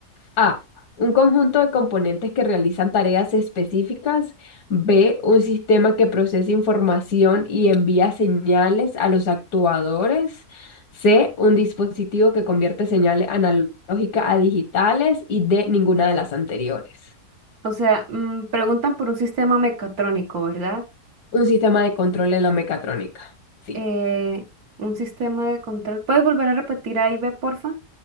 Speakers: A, on the left (about 85°); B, on the right (about 70°).
A: A. Un conjunto de componentes que realizan tareas específicas. B. Un sistema que procesa información y envía señales a los actuadores. C. Un dispositivo que convierte señales analógicas a digitales. Y D. Ninguna de las anteriores.
B: O sea, mm, preguntan por un sistema mecatrónico, ¿verdad?
A: Un sistema de control en la mecatrónica. Sí.
B: Eh, un sistema de control. ¿Puedes volver a repetir ahí, B, porfa?